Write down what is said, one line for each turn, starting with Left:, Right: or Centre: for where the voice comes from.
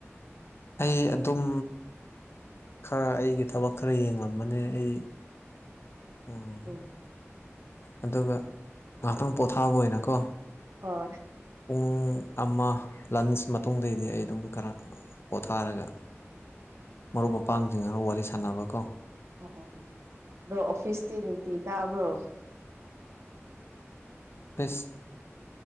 Left: ꯑꯩ ꯑꯗꯨꯝ ꯈꯔ ꯑꯩꯒꯤ ꯊꯕꯛ ꯈꯔ ꯌꯦꯡꯂꯕꯅꯦ ꯑꯩ ꯎꯝ
Right: ꯍꯣꯏ
Left: ꯑꯗꯨꯒ ꯉꯥꯏꯍꯥꯛꯇꯪ ꯄꯣꯊꯥꯕ ꯑꯣꯏꯅꯀꯣ
Right: ꯍꯣꯏ
Left: ꯄꯨꯡ ꯑꯃ ꯂꯟꯁ ꯃꯇꯨꯡꯗꯩꯗꯤ ꯑꯩ ꯑꯗꯨꯝ ꯀꯔ ꯅꯨꯡꯉꯥꯏ ꯄꯣꯊꯥꯔꯒ ꯃꯔꯨꯞ ꯃꯄꯥꯡꯁꯤꯡ ꯈꯔ ꯋꯥꯔꯤ ꯁꯥꯟꯅꯕ ꯀꯣ
Right: ꯑꯣ ꯑꯣ ꯑꯗꯣ ꯑꯣꯐꯤꯁꯇꯤ ꯅꯨꯡꯇꯤ ꯀꯥꯕ꯭ꯔꯣ
Left: ꯃꯦꯁꯤ